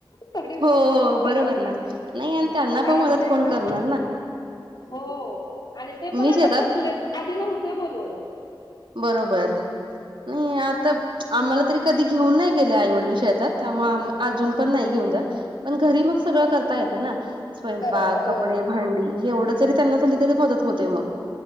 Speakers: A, on the left (about 55°); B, on the right (about 70°).
A: थोडी मदत
B: हो हो बरोबर ना नाही आणि त्यांना पण
A: आ
B: मदत
A: ते
B: कोण
A: पण.
B: करणार ना
A: हो आणि ते पण
B: मी
A: आता
B: शेतात
A: थकलेत, आधी नव्हते बोलवत.
B: बरोबर नाही आता, आम्हाला तर कधी घेऊन नाही. गेले आईवडील शेतात. त्यामुळं अजून
A: हा
B: पण नाही घेऊन जात, पण घरी मग. सगळं
A: काय
B: करता येतयना, स्वयंपाक
A: करायला हो
B: कपडे भांडी हे एवढं जरी त्यांना झाली
A: तेच
B: तरी मदत. होते मग.